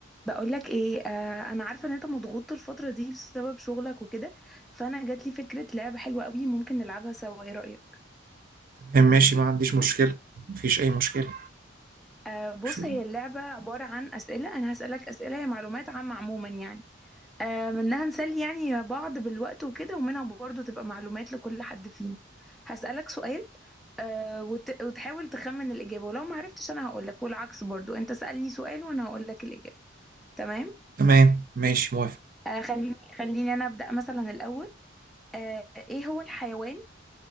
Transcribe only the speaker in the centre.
بقولك ايه آه انا عارفه ان انت مضغوط الفتره دي بسبب شغلك وكده فانا جات لي فكره لعبه حلوه قوي ممكن نلعبها سوا ايه رايك
آه بص
هي اللعبه عباره عن اسئله انا هسالك اسئله هي معلومات عامه عموما يعني آه منها نسلي يعني بعض بالوقت وكده ومنها برضه تبقى معلومات لكل حد فينا هسالك سؤال آه وت... وتحاول تخمن الاجابه ولو ما عرفتش انا هقولك والعكس برضه انت سالني سؤال وانا هقولك الاجابه تمام
آه خليني خليني انا ابدا مثلا الاول آه، ايه هو الحيوان